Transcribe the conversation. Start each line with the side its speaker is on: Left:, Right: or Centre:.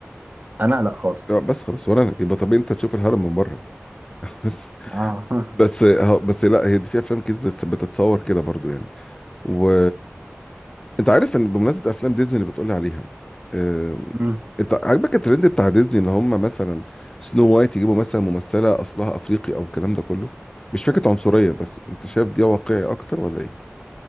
Right: أنا لا خالص
Left: اه بس خلاص ولا أنا. يبقى طبيعي انت تشوف الهرم من بره <laughs> بس
Right: آه
Left: بس اه بس لا هي دي في افلام كده بتت- بتتصور كده برضو يعني و انت عارف ان بمناسبه افلام ديزني اللي بتقولي عليها آه،
Right: <laughs>
Left: انت عاجبك الترند بتاع ديزني ان هم مثلا سنو وايت يجيبوا مثلا ممثله اصلها افريقي او الكلام ده كله مش فكره عنصريه بس انت شايف دي واقعي اكتر ولا ايه؟